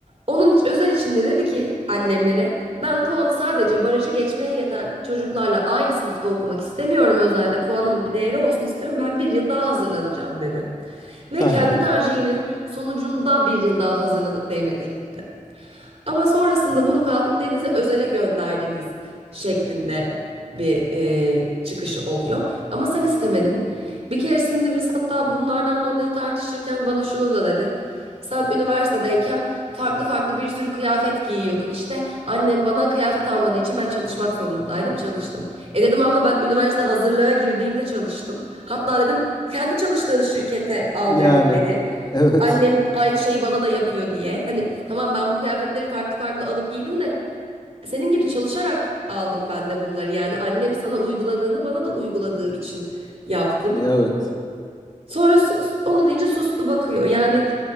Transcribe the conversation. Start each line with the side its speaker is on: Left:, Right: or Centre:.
Right: Onun için özel içinde dedi ki annemlere ben puanı sadece barajı geçmeye yeten çocuklarla aynı sınıfta okumak istemiyorum özelde puanımın bir değeri olsun istiyorum. Ben bir yıl daha hazırlanacağım dedi. Ve
Left: Aha.
Right: kendi tercihinin sonucunda bir yıl daha hazırlanıp devlete gitti. Ama sonrasında bunu kalkıp denize özele gönderdiniz şeklinde bir e, çıkışı oluyor. Ama sen istemedin. Bir keresinde biz hatta bunlardan dolayı tartışırken bana şunu da dedi. Sen üniversitedeyken farklı farklı bir sürü kıyafet giyiyordun işte. Annem bana kıyafet almadığı için ben çalışmak zorundaydım. Çalıştım. E dedim abla ben üniversite hazırlığa girdiğimde çalıştım. Hatta dedim kendi çalıştığın şirkete aldırdın
Left: Yani
Right: beni
Left: evet.
Right: annem aynı şeyi bana da yapıyor diye. Hani tamam ben bu kıyafetleri farklı farklı alıp giydim de senin gibi çalışarak aldım ben de bunları. Yani annem sana uyguladığını bana da uyguladığı için yaptım.
Left: Evet.
Right: Sonra sus- onu deyince sustu bakıyor. Yani